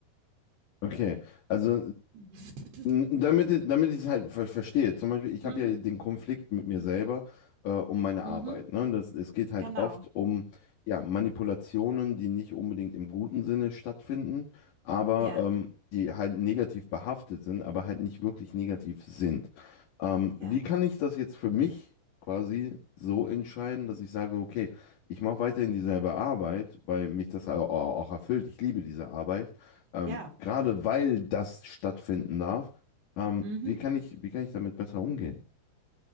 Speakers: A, on the left; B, on the right.
A: Okay, also
B: Mhm.
A: N- Damit, damit ich es halt ver verstehe. Zum Beispiel, ich
B: Mhm.
A: habe ja den Konflikt mit mir selber äh, um meine Arbeit.
B: Mhm.
A: Ne? Das, es geht halt
B: Genau.
A: oft um ja, Manipulationen, die nicht unbedingt im guten Sinne stattfinden, aber
B: Ja,
A: ähm, die halt negativ behaftet sind, aber halt nicht wirklich negativ sind. Ähm,
B: ja,
A: wie kann ich das jetzt für mich quasi so entscheiden, dass ich sage, okay, ich mache weiterhin dieselbe Arbeit, weil mich das au- au- auch erfüllt. Ich liebe diese Arbeit. Ähm,
B: ja.
A: gerade weil das stattfinden darf. Ähm,
B: Mhm.
A: wie kann ich, wie kann ich damit besser umgehen?